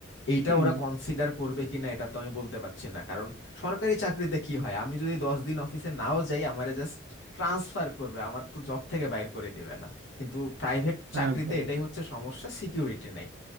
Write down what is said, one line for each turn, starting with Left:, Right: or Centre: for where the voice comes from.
Left: এইটা
Right: হুম
Left: ওরা কনসিডার করবে কিনা এটা তো আমি বলতে পারছি না কারণ সরকারি চাকরিতে কি হয় আমি যদি দশ দিন অফিসে নাও যাই আমারে জাস্ট ট্রান্সফার করবে আমার তো জব থেকে বাইর করে দিবে না কিন্তু প্রাইভেট
Right: হ্যাঁ
Left: চাকরিতে
Right: ভাই
Left: এটাই হচ্ছে সমস্যা সিকিউরিটি নাই